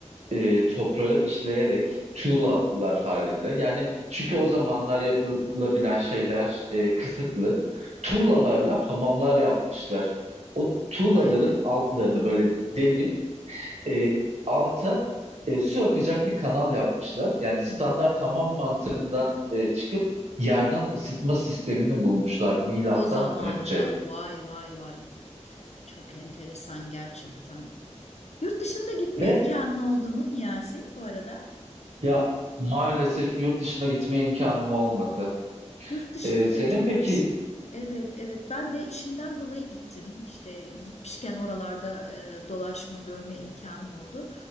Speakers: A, on the right; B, on the left.
A: e, toprağı işleyerek tuğlalar
B: Hı hı.
A: halinde. Yani çünkü o zamanlar yapılabilen şeyler e, kısıtlı. Tuğlalarla
B: Evet.
A: hamamlar yapmışlar. O tuğlaların
B: Vay be.
A: altlarını böyle delip e, alta e, su akacak bir kanal yapmışlar. Yani standart
B: Hı hı.
A: hamam mantığından e, çıkıp yerden ısıtma sistemini bulmuşlar milattan
B: O zaman
A: önce.
B: da vay vay vay çok enteresan gerçekten. Yurt dışında gitme
A: Ve
B: imkanın oldu mu Niyazi bu arada?
A: ya maalesef yurt dışına gitme imkanım olmadı.
B: Yurt dışında
A: E, senin
B: da çok
A: peki
B: güzel. Evet, evet. Ben de işimden dolayı gittim. İşte gitmişken oralarda e, dolaşma, görme imkanım oldu.